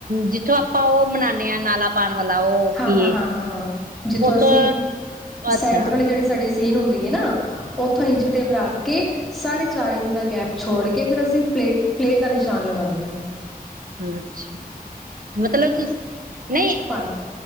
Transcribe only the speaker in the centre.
ਹਾਂ-
ਹਾਂ-
ਹਾਂ, -ਹਾਂ- ਹਾਂ। ਜਿੱਥੋਂ
ਅਸੀਂ
ਸੈਂਟਰ ਵਾਲੇ ਜਿਹੜੇ ਸਾਡੇ ਸੀਨ ਹੁੰਦੀ ਹੈ। ਨਾ ਉੱਥੋਂ ਇੰਚ ਟੇਪ ਰੱਖ ਕੇ ਸਾਢੇ ਚਾਰ ਇੰਚ ਦਾ ਗੈਪ ਛੋੜ ਕੇ ਫਿਰ ਅਸੀਂ ਪਲੇਟ, ਪਲੇਟ ਦਾ ਨਿਸ਼ਾਨ ਲਗਾਉਂਦੇ ਹਾਂ।
ਆ